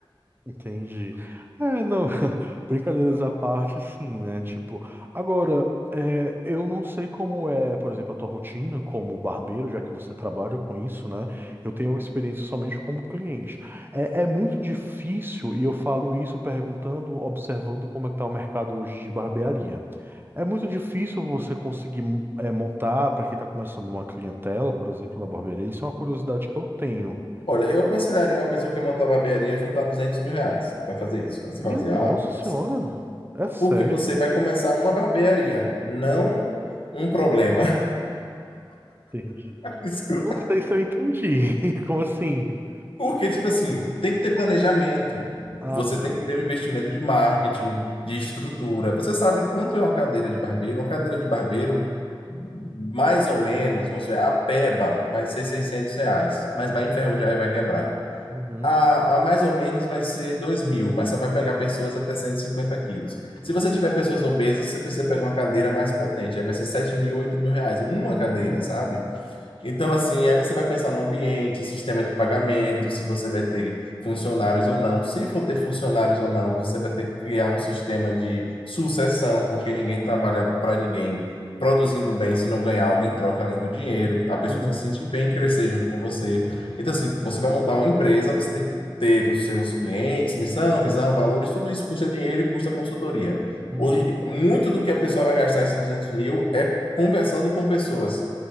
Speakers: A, on the right (about 25°); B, on the left (about 80°).
A: Entendi. É, não, <laughs> brincadeiras à parte, sim, né? Tipo, agora, é, eu não sei como é, por exemplo, a tua rotina como barbeiro, já que você trabalha com isso, né? Eu tenho experiência somente como cliente. É, é muito difícil, e eu falo isso perguntando, observando como é que tá o mercado hoje de barbearia. É muito difícil você conseguir é, montar, para quem tá começando uma clientela, por exemplo, na barbearia, isso é uma curiosidade que eu tenho.
B: Olha, eu aconselharia uma pessoa que quer montar barbearia a juntar 200 mil reais para fazer isso. Aí Você
A: Minha
B: vai fazer,
A: nossa
B: ah,
A: senhora,
B: sim.
A: é sério?
B: Porque você vai começar uma barbearia, não um problema.
A: Entendi.
B: <laughs> Isso
A: Não sei se eu entendi. <laughs> Como assim?
B: Porque, tipo assim, tem que ter planejamento,
A: Ah,
B: você
A: sim.
B: tem que ter um investimento de marketing, de estrutura. Você sabe quanto é uma cadeira de barbeiro? Uma cadeira de barbeiro, mais ou menos, vamos dizer, a peba vai ser 600 reais, mas vai enferrujar e vai quebrar.
A: Uhum.
B: A, a mais ou menos vai ser dois mil, mas só vai pegar pessoas até 150 quilos. Se você tiver pessoas obesas, você precisa pegar uma cadeira mais potente, aí vai ser sete mil, oito mil reais, uma
A: Uhum.
B: cadeira, sabe?
A: Hum.
B: Então, assim, aí você vai pensar no ambiente, sistema de pagamento, se você vai ter funcionários ou não. Se for ter funcionários ou não, você vai ter que criar um sistema de sucessão, porque ninguém trabalha para ninguém produzindo bem se não ganhar algo em troca além do dinheiro. A pessoa
A: Uhum.
B: tem que se sentir bem e crescer junto com você. Então, assim, você vai montar uma empresa, você tem que ter os seus clientes, missão, visão, valores, tudo isso custa dinheiro e custa consultoria.
A: Uhum.
B: Hoje, muito do que a pessoa vai gastar esses 200 mil é conversando com pessoas